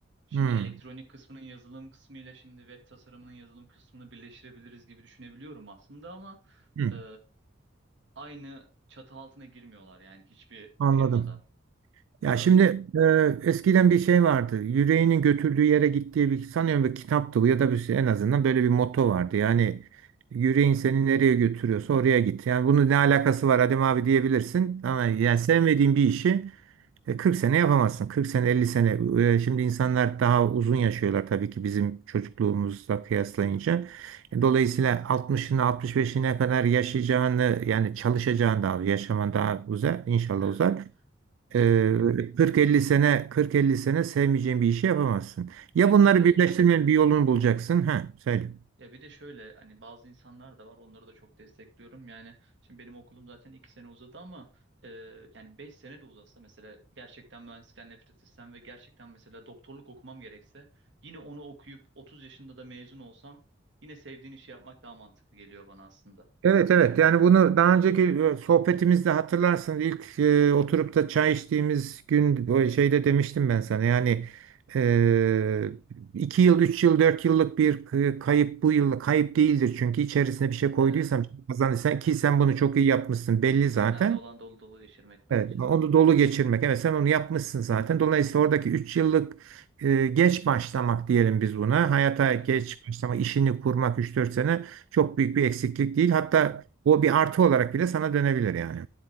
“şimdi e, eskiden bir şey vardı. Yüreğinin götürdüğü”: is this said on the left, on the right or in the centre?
Right